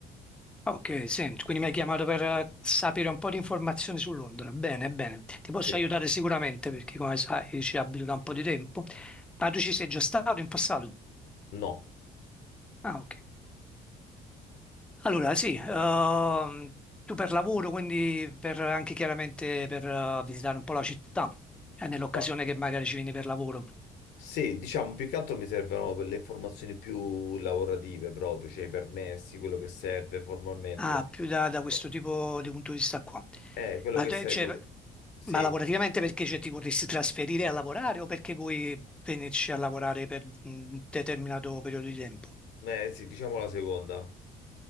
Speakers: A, in the centre; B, on the left.
A: Ok, senti, quindi mi hai chiamato per eh, sapere un po' di informazioni su Londra. Bene, bene. Ti
B: Sì,
A: posso aiutare sicuramente perché, come sai, ci abito da un po' di tempo. Ma tu ci sei già stato in passato?
B: no.
A: Ah, ok. Allora, sì, ehm, tu per lavoro, quindi per anche chiaramente per eh, visitare un po' la città, eh, nell'occasione
B: Ma
A: che magari ci vieni per lavoro.
B: Sì, diciamo, più che altro mi servono per le informazioni più lavorative proprio, cioè i permessi, quello che serve formalmente.
A: Ah, più da, da questo
B: Boh,
A: tipo di punto di vista qua.
B: Eh, quello
A: Ma,
B: che
A: te-
B: sai
A: cioè,
B: tu. Sì,
A: ma lavorativamente perché cioè, ti vorresti trasferire a lavorare o perché vuoi venirci a lavorare per un determinato periodo di tempo?
B: eh, sì, diciamo la seconda.